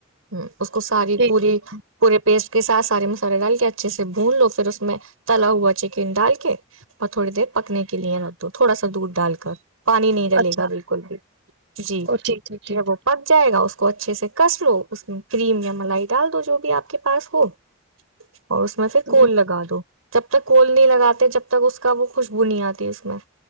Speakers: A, on the right; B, on the right.
A: ہ اس کو ساری
B: ٹھیک
A: پوری
B: ٹھیک ٹھیک،
A: پورے پیسٹ اس کے ساتھ سارے مسالے ڈال کے اچھے سے بھون لو پھر اس میں تلا ہوا چکن ڈال کے اور تھوڑی دیر پکنے کے لیے ل دو تھوڑا سا دودھ ڈال کر پانی نہیں ڈلے
B: اچھا
A: گا بالکل بھی جی ج
B: او ٹھیک ٹھیک ٹھیک
A: وہ پک جائے گا اس کو اچھے سے کس لو اس میں کریم یا ملائی ڈال دو جو بھی آپ کے پاس ہو اور اس میں سے
B: تو
A: کول لگا دو جب تک کول نہیں لگاتے جب تک اس کا وہ خوشبو نہیں آتی اس میں